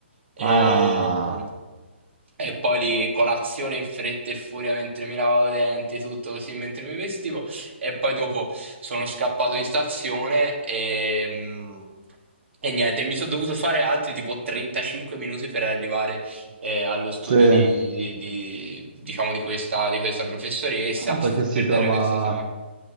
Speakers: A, on the right; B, on the right.
A: e,
B: Ah,
A: e poi lì colazione in fretta e furia mentre mi lavavo i denti, tutto così mentre mi vestivo. E poi dopo sono scappato in stazione e, mm, e niente, mi sono dovuto fare altri tipo 35 minuti per arrivare eh, allo studio
B: sì.
A: di, di- di- diciamo, di questa, di questa professoressa
B: Ah, perché si
A: per
B: trova...
A: dare questo esame.